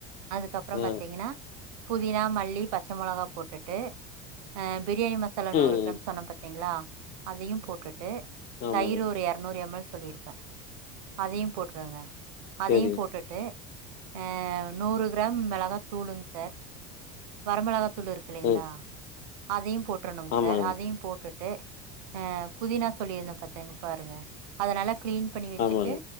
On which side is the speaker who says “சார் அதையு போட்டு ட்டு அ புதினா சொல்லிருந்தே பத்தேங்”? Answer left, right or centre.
Right